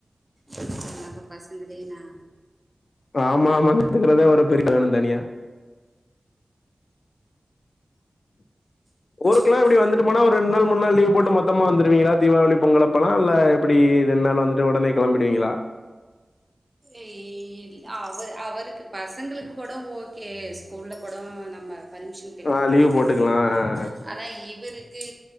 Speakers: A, on the right; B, on the left.
A: சொன்னாக்க பசங்களேனா
B: ஆம்மா ஆமாங்க கத்துக்கறதே ஒரு பீரிடு வேணு தனியா ஊருக்கெல்லா
A: ஆமா
B: எப்டி வந்துட்டு போனா ஒரு ரெண்டு நாள் மூன்நாள் லீவ் போட்டு மொத்தமா வந்துருவீங்களா தீபாவளி பொங்கலப்பல்லா இல்லே எப்டி ரெண்டு நாள் வந்துட்டு உடனே கிளம்பிடுவீங்களா
A: ஏ அவரு அவருக்கு பசங்களுக்கு கூட ஓகே ஸ்கூல்ல கூடோ நம்ம பர்மிஷன் கேட்டு
B: ஆ
A: கூடோ
B: லீவ்
A: நம்ம
B: போட்டுக்கலாம்
A: இது பண்ணிக்கலா
B: ஆ ஆ.
A: ஆனா இவரு இவருக்கு